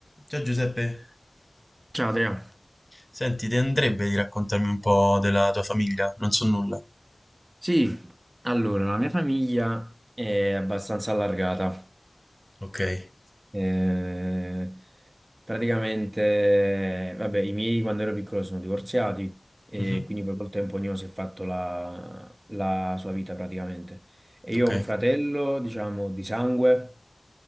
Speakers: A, in the centre; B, on the right.
A: Ciao Giuseppe,
B: Ciao Adriano.
A: senti, ti andrebbe di raccontarmi un po' della tua famiglia? Non so nulla.
B: Sì, allora, la mia famiglia è abbastanza allargata.
A: Ok.
B: Eh, praticamente, vabbè, i miei quando ero piccolo sono divorziati e
A: Mhm.
B: quindi poi col tempo ognuno si è fatto la, la sua vita praticamente. E io
A: Ok.
B: ho un fratello, diciamo, di sangue,